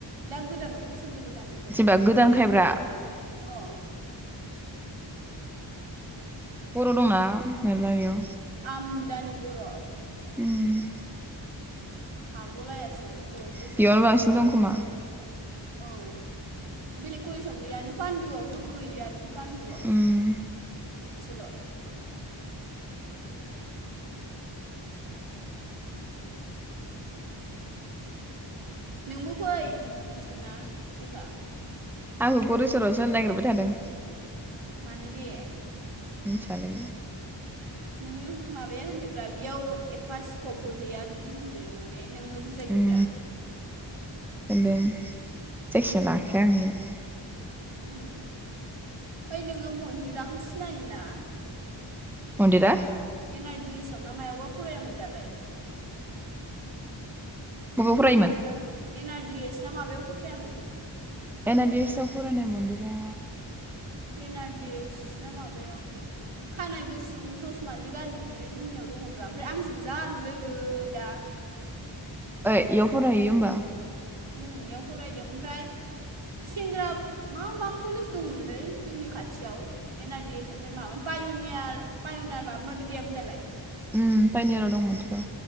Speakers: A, on the right; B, in the centre.
A: दा गोदानावलाय सोर लोगो जानो दे
B: जेनेबा गोदान खायब्रा।
A: अ
B: बर' दंना मेर्ला बे
A: आमदानि बर'।
B: उम
A: हागलायासो बर' फ्रेसार्सआव
B: बेयावनो बांसिन
A: माबा
B: दं खोमा?
A: औ। बेलेग कलेजाव गैयानो पान्दुआवथ' गैय गैयानो पान्दुआव।
B: उम
A: मोनसेल' नोंबो फै मिथिगौ ना फैखा।
B: आंखौ गरेस्वराव होनो नागिरबाय थादों।
A: मानो दे?
B: मिनथिया लै?
A: नोङो माबाया होनदोब्रा बियाव एफा स्कपबो गैया बिदि होनदो नोङो नोङो बुजायदोब्रा।
B: उम होनदों जायखिया लाखाया आङो इयाव।
A: उम। ओइ नोङो मन्दिराखौ सिनायोना?
B: मन्दिरा?
A: एन आ डि एस आव ना मायावबा फरायामोन दालाय।
B: बबाव फरायोमोन
A: मनदिरा एन आ दि एस दा माबायाव फ <unintelligible> रायामोन
B: एन आ दि एसआव फरायनाय मनदिरा
A: एन आ डि एस ना माबायाव खानाय गुसुं गुसुं ससमा जे गानो बियो जोंनियाव दङब्रा ओमफ्राय आंजों जा लोगो दा
B: ओइ इयाव फरायहैयो होमबा।
A: उम इयाव फरायदों ओमफ्राय सेंग्रा मा मा कलेज दंमोनलै जोंनि खाथियाव एन आ डि एस ओमफ्राय मामोन पायनियार पायनियार माबा माबि गैयामोन दालाय।
B: उम पायनियार आव दंमोनथ' र'।